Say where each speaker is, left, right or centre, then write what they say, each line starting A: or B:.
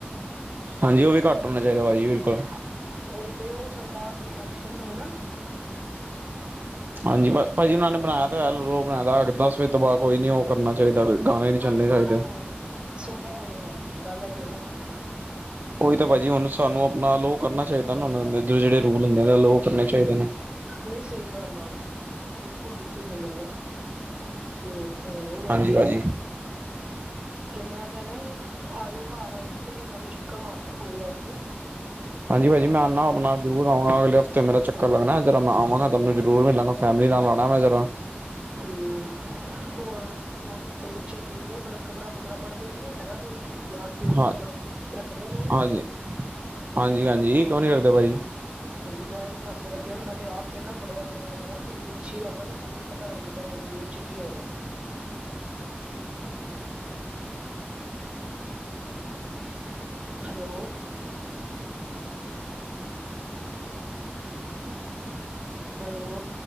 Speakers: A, on the right; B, on the right.
A: ਹਾਂਜੀ ਉਹ ਵੀ ਘੱਟ ਹੋਣਾ ਚਾਹੀਦਾ ਭਾਜੀ ਬਿਲਕੁਲ।
B: ਉਹੀ ਤੇ ਉਹ ਸਰਕਾਰ ਕੋਈ ਐਕਸ਼ਨ ਲੇ ਨਾ
A: ਹਾਂਜੀ ਭਾਜੀ ਉਹਨਾਂ ਨੇ ਬਣਾਇਆ ਤਾਂ ਹੋਇਆ ਲੋਅ ਬਣਾਇਆ ਦੱਸ ਵੱਜੇ ਦਬਾਅ ਕੋਈ ਨੀ ਉਹ ਕਰਨਾ ਚਾਹੀਦਾ ਗਾਣੇ ਨੀ ਚੱਲਣੇ
B: ਪਰ ਸੁਣਦਾ
A: ਚਾਹੀਦੇ
B: ਕੌਣ ਆ ਸੁਣਦਾ ਕੌਣ ਭਾਜੀ ਗੱਲ ਆਈ ਹੈ ਨਾ
A: ਉਹੀ ਤਾਂ ਭਾਜੀ ਹੁਣ ਸਾਨੂੰ ਆਪਣਾ ਲੋਅ ਕਰਨਾ ਚਾਹੀਦਾ ਨਾ ਜਿਹੜੇ ਜਿਹੜੇ ਰੂਲ ਹੁੰਦੇ ਨੇ ਲੋਅ ਕਰਨੇ ਚਾਹੀਦੇ ਨੇ
B: ਨਹੀਂ ਸਹੀ ਗੱਲ ਆ ਉਹ ਤਾਂ, ਬਿਲਕੁਲ, ਬਿਲਕੁਲ ਸਹੀ ਗੱਲ ਆ ਤੇ ਆਹ ਉਹ ਆਖੀ
A: ਹਾਂਜੀ ਭਾਜੀ।
B: ਫਿਰ ਮੈਂ ਕਹਿ ਰਿਹਾ ਵੀ ਆਇਓ ਘਰ ਆਈਓ ਕਦੇ ਮੈਂ ਵੀ ਚੱਕਰ ਮਾਰਾਂਗਾ ਕੋਈ ਗੱਲ ਨੀ
A: ਹਾਂਜੀ ਭਾਜੀ ਮੈਂ ਆਉਂਦਾ ਆਪਣਾ ਜ਼ਰੂਰ ਆਵਾਂਗਾ ਅਗਲੇ ਹਫ਼ਤੇ ਤੇ ਮੇਰਾ ਚੱਕਰ ਲੱਗਣਾ ਜਰਾ ਮੈਂ ਆਵਾਂਗਾ ਤੁਹਾਨੂੰ ਜਰੂਰ ਮਿਲਾਂ ਫੈਮਲੀ ਨਾਲ ਆਣਾ ਮੈਂ ਜਰਾ।
B: ਹੂੰ। ਹੋਰ ਹੋਰ ਦੱਸੋ ਬੱਚੇ ਠੀਕ ਨੇ ਮਤਲਬ ਖ਼ਬਰਾਂ ਖ਼ਬਰਾਂ ਪੜ੍ਹਦੇ ਨੇ ਹੈਗਾ ਕੋਈ ਗਿਆਨ ਗਿਉਨ
A: ਹਾਂ
B: ਮਤਲਬ ਰੱਖਦੇ ਨੇ
A: ਹਾਂਜੀ ਹਾਂਜੀ ਹਾਂਜੀ ਕਿਉ ਨੀ ਰੱਖਦੇ ਭਾਜੀ
B: ਹਾਂਜੀ ਬ ਪਾਸੇ ਲੱਗਿਆ ਮੈਂ ਤੇ ਆਪ ਕਹਿੰਦਾ ਪੜਿਆ ਕਰੋ ਖ਼ਬਰਾਂ ਵੀ ਅੱਛੀ ਗੱਲ ਆ ਵੀ ਬੰਦੇ ਨੂੰ ਪਤਾ ਲਗਣਾ ਚਾਹੀਦਾ ਦੁਨੀਆ ਚ ਕੀ ਹੋ ਰਿਹਾ। ਹੈਲੋ ਹੈਲੋ